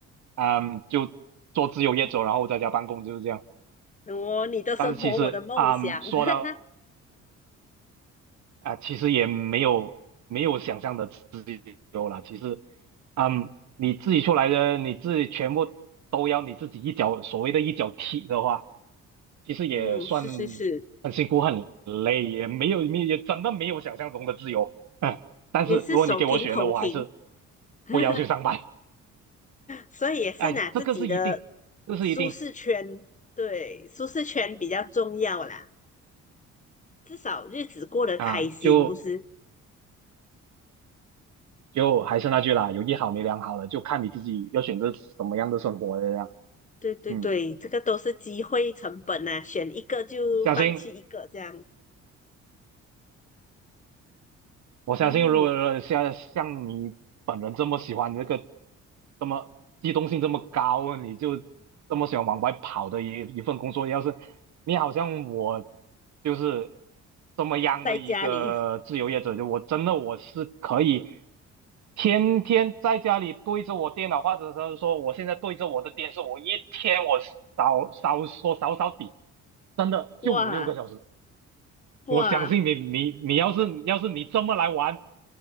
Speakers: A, on the right; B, on the left.
A: 嗯，就做自由业者，然后在家办公就是这样。
B: 我你的生活，
A: 但是其实，
B: 我的梦想。
A: 嗯，说到
B: <laughs>
A: 啊，其实也没有没有想象的自由啦。其实，嗯，你自己出来的，你自己全部都要你自己一脚，所谓的一脚踢的话，其实也算
B: 嗯，是是是，
A: 很辛苦、很累，也没有没也真的没有想象中的自由。嗯，但是如果你给我选的，
B: 也是手停口停。
A: 我还是
B: <laughs>
A: 不要去上班。
B: 所以也是拿自己的
A: 哎，这个是一定，这是一定
B: 舒适圈，对，舒适圈比较重要啦，至少日子过得开心，
A: 啊。就
B: 不是？
A: 就还是那句啦，有一好没两好了，就看你自己要选择什么样的生活了这样。
B: 对对对，
A: 嗯，
B: 这个都是机会成本啊，选一个就放弃一个这样。
A: 小信我相信，
B: 嗯，
A: 如果像像你本人这么喜欢这个，这么机动性这么高，你就这么喜欢往外跑的一一份工作，要是你好像我就是这么样的一个自由业者，
B: 在家里，
A: 就我真的我是可以天天在家里对着我电脑，或者是说我现在对着我的电视，我一天我少少说少少底，真的就五六个小时。
B: 哇哇，
A: 我相信你，你你要是要是你这么来玩。